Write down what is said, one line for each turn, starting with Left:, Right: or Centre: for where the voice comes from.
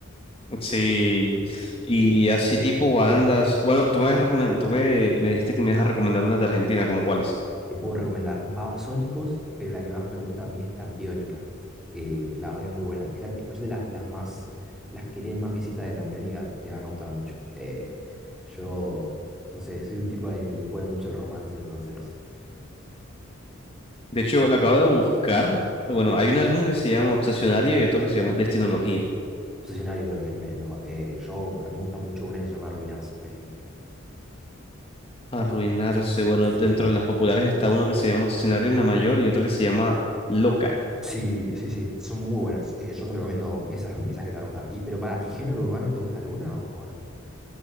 Left: sí. Y así tipo bandas. Bueno, tú me, habías recomen- tú me, me dijiste que me ibas a recomendar una de Argentina, como cuáles.
Centre: Te puedo recomendar Babasónicos, pero la que más me gusta a mí es Tambiónica. Eh, la verdad que es muy buena. Fíjate, escuchate las, las más, las que tienen más visitas de Tambiónica, te van a gustar mucho. Eh, yo, no sé, soy un tipo al que le, le puede mucho el romance, entonces.
Left: De hecho, la acabo de buscar. Bueno, hay un álbum que se llama Obsesionario y otro que se llama Destinología.
Centre: Obsesionario creo que es el, me- el mejor. Eh, yo, a mí me gusta mucho una que se llama Arruinarse, por ejemplo.
Left: Arruinarse. Bueno,
Centre: Sí,
Left: dentro de las populares está uno que se llama Obsesionario en la mayor y otro que se llama Loca.
Centre: sí, sí, sí, son muy buenas. Eh, yo te recomiendo esas, esas que te van a gustar. Y pero para, ¿y género urbano te gusta alguna o no?